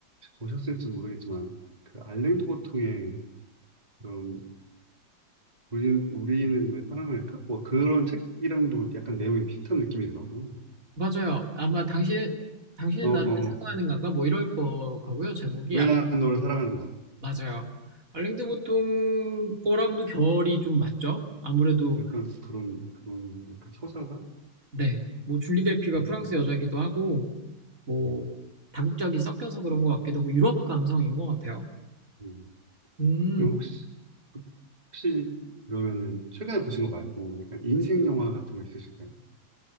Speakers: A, on the right; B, on the right.
A: 보셨을지 모르겠지만 그 알랭 도보통의 그런 우리는 우리는 왜 사랑할까? 뭐 그런 책이랑도 약간 내용이 비슷한 느낌이더라고요.
B: 맞아요. 아마 당신, 당신은
A: 어, 어,
B: 나를
A: 어.
B: 사랑하는 건가? 뭐 이럴 거 같고요. 제목이
A: 왜 난 너를 사랑하는가?
B: 맞아요. 알랭드 보통 거랑도 결이 좀 맞죠? 아무래도
A: 약간 그런 그런 약간 서사가.
B: 네. 뭐 줄리 del피가
A: 음,
B: 프랑스 여자이기도 하고 뭐
A: 음.
B: 다국적이 섞여서 그런 것 같기도 하고 유럽 감성인 것 같아요.
A: 음.
B: 음,
A: 그럼 혹시 혹시 그러면은 최근에 보신 거 말고 약간 인생 영화 같은 거 있으실까요?